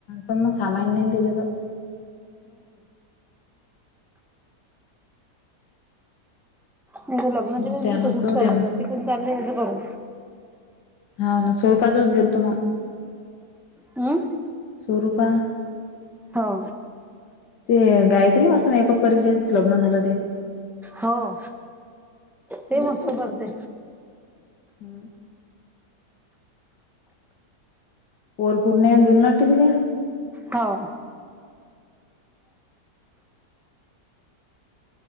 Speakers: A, on the left (about 85°); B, in the centre.
A: पण मग सामान नाही त्याच्याजवळ
B: मी तर
A: म्हणून
B: लग्नाच्या वेळेस
A: ते
B: बी
A: आणत
B: तसंच
A: जाऊ
B: करायचं
A: द्या मग
B: तिकं चालंय हिचं बघू
A: हा ना स्वरूपाच देलतं मग
B: हम्
A: स्वरूपा
B: हो.
A: ते गायत्री मस्त मेकअप परवाच्या लग्न झालं ते
B: हो ते
A: मस्त आहे
B: करते
A: पण हम् पोर पुरण्या दिलनाट दिले
B: हो.